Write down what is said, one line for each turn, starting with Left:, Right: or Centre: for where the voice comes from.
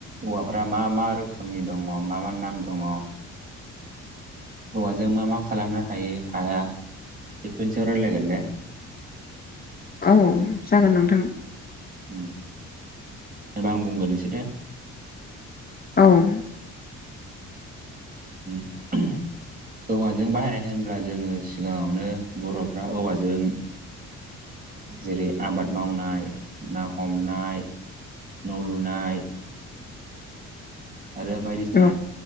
Right: औवाफ्रा मा मा रोखोमनि दङ? मा मा नाम दङ? हौवाजों मा मा खालामनो हायो हाया बेफोरनि सायाव रायलायगोन दे।
Left: औ जागोन नोंथां।
Right: उम होमबा आं बुंगोरनोसै दे।
Left: औ। <inaudible>
Right: <unintelligible> औवाजों बाहायनाय होनब्ला जोङो सिगाङावनो बर'फ्रा औवाजों जेरै आबाद मावनाय, ना हमनाय न' लुनाय, आरो बायदिसिना
Left: औ